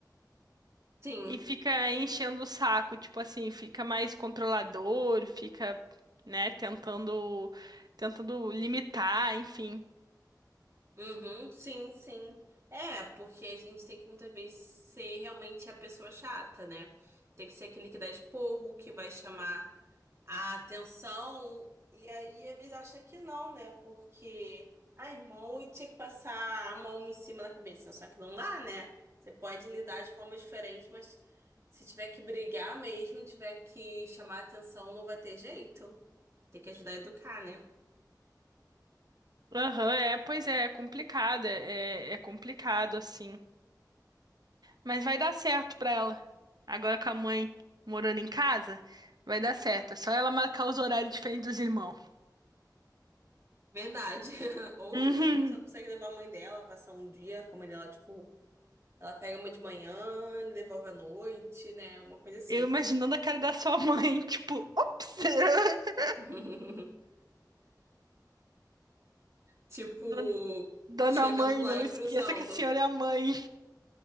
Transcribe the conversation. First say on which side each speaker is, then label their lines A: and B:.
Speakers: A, on the right; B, on the right.
A: Sim.
B: e fica enchendo o saco, tipo assim, fica mais controlador, fica, né, tentando, tentando limitar, enfim.
A: Uhum, sim, sim. É, porque a gente tem que muitas vezes ser realmente a pessoa chata, né? Tem que ser aquele que dá esporro, que vai chamar a atenção. E aí, às vezes, acha que não, né? Porque, ai, mão, e tinha que passar a mão em cima da cabeça. Só que não dá, né? Você pode lidar de forma diferente, mas se tiver que brigar mesmo, tiver que chamar a atenção, não vai ter jeito. Tem que ajudar a educar, né?
B: Aham, é, pois é, é complicado, é, é é complicado, assim. Mas vai dar certo pra ela. Agora com a mãe morando em casa, vai dar certo. É só ela marcar os horários diferentes dos irmãos.
A: Verdade. <laughs> Ou
B: Uhum.
A: de repente ela consegue levar a mãe dela, passar um dia com a mãe dela, tipo, ela pega uma de manhã, devolve à noite, né? Uma coisa assim.
B: Eu imaginando a cara da sua mãe, <laughs> tipo, ops! <laughs>
A: <laughs> Tipo,
B: Don- Dona
A: chegando
B: mãe,
A: lá
B: não
A: e
B: esqueça
A: cruzando.
B: que a senhora é a mãe.